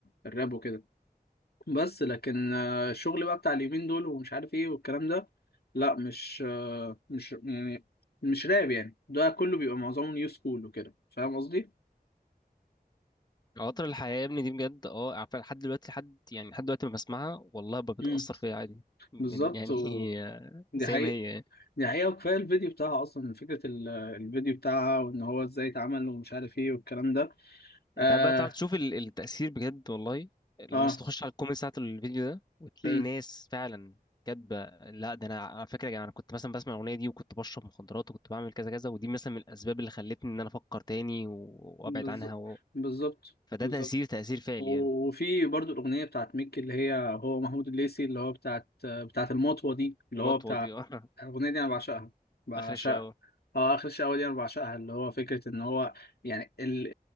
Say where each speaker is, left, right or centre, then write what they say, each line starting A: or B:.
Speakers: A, on the left (about 75°); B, on the left (about 25°).
A: الراب وكده بس لكن آه، الشغل بقى بتاع اليومين دول ومش عارف ايه والكلام ده لا مش آه، مش يعني مش راب يعني ده كله بيبقى معظمه نيو سكول وكده فاهم قصدي؟
B: قطر الحياة يا ابني دي بجد اه عارفة لحد دلوقتي لحد يعني لحد دلوقتي ما بسمعها والله ب- بتأثر
A: امم
B: فيا عادي من
A: بالظبط
B: يعني
A: و...
B: <laughs>
A: دي
B: زي
A: حقيقة
B: ما هي يعني.
A: دي حقيقة وكفاية الفيديو بتاعها أصلا فكرة ال- الفيديو بتاعها وإن هو إزاي اتعمل ومش عارف إيه والكلام ده آه
B: انت عارف بقى تعرف تشوف ال- التأثير بجد والله لما
A: آه
B: بس تخش على الكومنت بتاعت الفيديو ده وتلاقي
A: امم
B: ناس فعلا كاتبة لا ده انا على فكرة يا جماعة انا كنت مثلا بسمع الأغنية دي وكنت بشرب مخدرات وكنت بعمل كذا كذا ودي مثلا من الأسباب اللي خلتني ان انا افكر تاني و- وابعد
A: بالظبط
B: عنها و...
A: بالظبط
B: فده
A: بالظبط
B: تأثير تأثير فعلي
A: وفي
B: يعني
A: برضو الأغنية بتاعت ميكي اللي هي هو محمود الليثي اللي هو بتاعت بتاعت المطوة دي اللي
B: نطوة
A: هو بتاع
B: دي <laughs> آه،
A: الأغنية دي أنا بعشقها بعشقها
B: آخر الشقاوة
A: اه آخر شقاوة دي أنا بعشقها اللي هو فكرة إن هو يعني ال